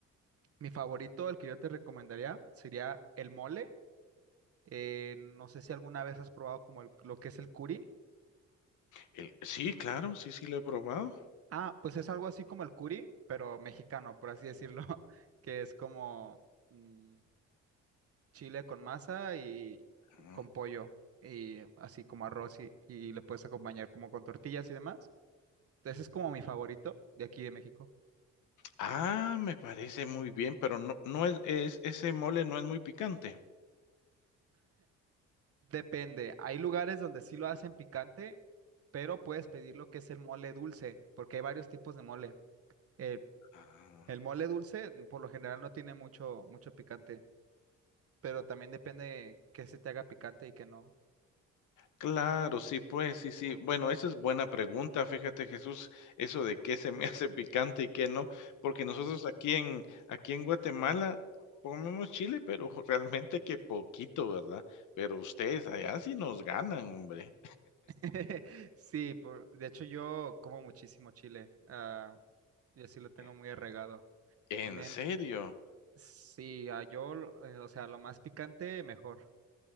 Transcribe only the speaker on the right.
Mi favorito, el que yo te recomendaría, sería el mole. Eh, no sé si alguna vez has probado como el- lo que es el curi.
Ah, pues es algo así como el curi, pero mexicano, por así decirlo, <laughs> que es como... mm, chile con masa y y
con pollo y así como arroz y, y le puedes acompañar como con tortillas y demás. Entonces es como mi favorito de aquí de México.
Depende, hay lugares donde sí lo hacen picante, pero puedes pedir lo que es el mole dulce, porque hay varios tipos de mole. El,
el mole dulce mm, por lo general no tiene mucho, mucho picante, pero también depende qué se te haga picante y qué no.
<laughs> Sí, por- de hecho yo como muchísimo chile, ah, y así lo tengo
muy arraigado.
También
Sí, a yo, lo- eh, o sea, lo más picante, mejor,